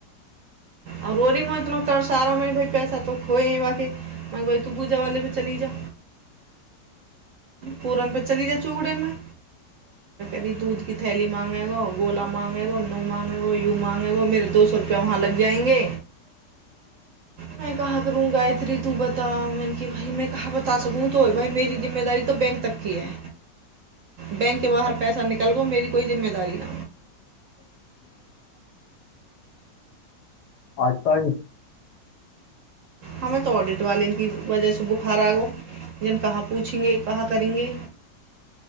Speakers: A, on the right; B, on the left.
A: आर रोरीमे इतना तड़सार पैसा तो खो बा भ तू पूजा वाले पे चल जा परन पे चली जा चूड़ेमे जी दूधी थैली माँंगेगा गोला माँंग न मांग यू मांगेगो द सए रुप वहाँ लग जाएंगे मैं कह करू गायत्री तू बता मैने कि भं कह बता सकू त भरी जिम्मेदारी बैंक तक की है बैंक के बाहर पैसा निकल गो मेेरी कोइ जिम्मेदारी नहि
B: <inaudible> आर त
A: हमे तो ऑडिट वाले इ क वजहसँ बुखार आगो हम कहाँ पूछेंगे कहाँ करेंगे